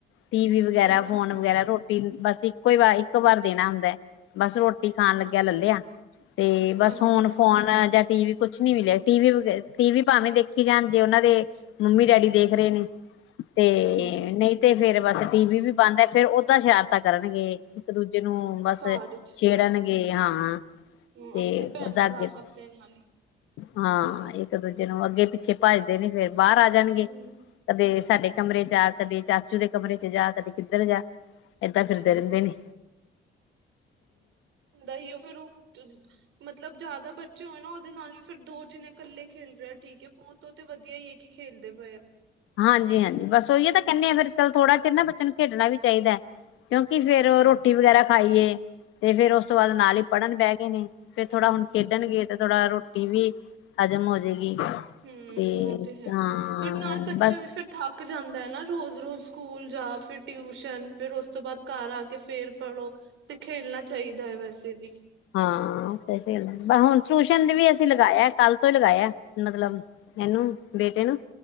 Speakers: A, on the left; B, on the right.
A: ਟੀ ਵੀ ਵਗੈਰਾ
B: ਹੂੰ
A: ਫੋਨ ਵਗੈਰਾ ਰੋਟੀ ਬਸ ਇੱਕ ਕੋਈ ਵਾ ਇੱਕ ਵਾਰ ਦੇਣਾ ਹੁੰਦਾ। ਬਸ ਰੋਟੀ ਖਾਣ ਲੱਗਿਆ
B: ਅੱਛਾ
A: ਲੱਲ ਲਿਆ ਤੇ ਬਸ
B: ਹਾਂਜੀ
A: ਹੁਣ ਫੋਨ ਜਾਂ ਟੀ ਵੀ ਕੁਛ ਨੀ ਮਿਲਿਆ ਟੀ ਵੀ ਵਗੈ ਟੀ ਵੀ ਭਾਵੇਂ ਦੇਖੀ ਜਾਣ ਜੇ ਉਨਾਂ ਦੇ ਮੰਮੀ ਡੈਡੀ ਦੇਖ ਰਏ ਨੇ। ਤੇ
B: ਹੂੰ
A: ਨਈ ਤੇ ਫਿਰ ਬਸ ਟੀ ਵੀ ਵੀ ਬੰਦ ਐ ਫੇਰ ਓਦਾਂ ਸ਼ਿਆਰਤਾਂ ਕਰਨਗੇ। ਇੱਕ-ਦੂਜੇ ਨੂੰ ਬਸ
B: ਘਰ ਚ
A: ਛੇੜਨਗੇ
B: ਹਾਂ
A: ਹਾਂ
B: ਹੂੰ
A: ਤੇ
B: ਆਪਣੇ ਭੈਣ
A: ਓਦਾ ਅੱਗੇ-ਪਿੱਛੇ
B: <inaudible>
A: ਹਾਂ ਇੱਕ-ਦੂਜੇ ਨੂੰ ਅੱਗੇ-ਪਿੱਛੇ ਭੱਜਦੇ ਨੇ ਫਿਰ ਬਾਰ ਆ ਜਾਣਗੇ।
B: ਹੂੰ
A: ਕਦੇ ਸਾਡੇ ਕਮਰੇ 'ਚ ਆ ਕਦੇ ਚਾਚੂ ਦੇ ਕਮਰੇ 'ਚ ਜਾ ਕਦੇ ਕਿੱਧਰ ਜਾ। ਏਦਾਂ ਫਿਰਦੇ ਰੈਂਦੇ ਨੇ।
B: ਹੁੰਦਾ ਈ ਏ ਓ ਫਿਰ ਓ ਮਤਲਬ ਜਾਦਾ ਬੱਚੇ ਹੋਏ ਨਾ ਉਦੇ ਨਾਲ ਵੀ ਫਿਰ ਦੋ ਜਨੇ ਕੱਲੇ ਖੇਲ ਰਿਆ ਠੀਕ ਐ ਫੋਨ ਤੋਂ ਤੇ ਵਧੀਆ ਈ ਐ ਕਿ ਖੇਲਦੇ ਪਏ ਆ।
A: ਹਾਂਜੀ-ਹਾਂਜੀ ਬਸ ਉਹੀਏ ਤਾਂ ਕੈਂਨੇ ਆ ਫਿਰ ਚੱਲ ਥੋੜਾ ਚਿਰ ਨਾ ਬੱਚਿਆ ਨੂੰ ਖੇਡਣਾ ਵੀ ਚਾਈਦਾ। ਕਿਉਂਕਿ ਫਿਰ ਓ ਰੋਟੀ ਵਗੈਰਾ ਖਾਈਏ। ਤੇ ਫਿਰ ਉਸ ਤੋਂ ਬਾਦ
B: ਹਾਂਜੀ
A: ਨਾਲ ਈ ਪੜ੍ਹਨ ਬੈ ਗਏ ਨੇ ਫਿਰ
B: ਹਮ
A: ਥੋੜ੍ਹਾ ਹੁਣ ਖੇਡਣਗੇ ਤੇ ਥੋੜਾ ਰੋਟੀ ਵੀ ਹਾਜ਼ਮ ਹੋਜੇਗੀ।
B: ਹਮ
A: ਤੇ
B: ਉਹ ਹੈ
A: ਹਾਂ।
B: ਫਿਰ ਨਾਲ
A: ਬਸ
B: ਬੱਚਾ ਵੀ ਫਿਰ ਥੱਕ ਜਾਂਦਾ ਐ ਨਾ ਰੋਜ਼-ਰੋਜ਼ ਸਕੂਲ ਜਾ ਫਿਰ ਟਿਊਸ਼ਨ ਫਿਰ ਉਸ ਤੋਂ ਬਾਦ ਘਰ ਆ ਕੇ ਫਿਰ ਪੜ੍ਹੋ ਤੇ ਖੇਲਣਾ ਚਾਈਦਾ ਏ ਵੈਸੇ ਵੀ
A: ਹਾਂ ਹੁਣ ਤੇ ਖੇਲਣ ਬ ਹੁਣ ਟੂਸ਼ਨ ਤੇ ਵੀ ਅਸੀਂ ਲਗਾਇਆ ਕੱਲ ਤੋਂ ਈ ਲਗਾਇਆ ਮਤਲਬ ਏਨੂੰ ਬੇਟੇ ਨੂੰ